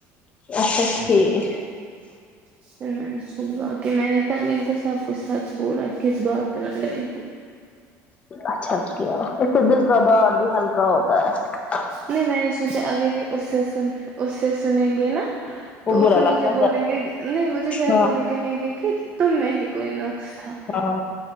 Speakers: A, on the left; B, on the right.
A: اچھا ٹھیک
B: <inaudible> یہ میں نے کہا ان کو سب کچھ کس بات پہ لڑائی ہوئی
A: اچھا کیا دل کباب اور بھی ہلکا ہوا <unintelligible> کا ہوتا ہے
B: نہیں میں نے سوچا ابھی اس سے اس سے چلیں گے نا <unintelligible>
A: وہ
B: تو اس
A: برا
B: نے مجھے
A: لگتا
B: بولیں
A: زیادہ۔
B: گے نہیں مجھے گھر
A: ہاں
B: والے کہیں گے کہ تم میں ہی کوئی نقص تھا
A: ہاں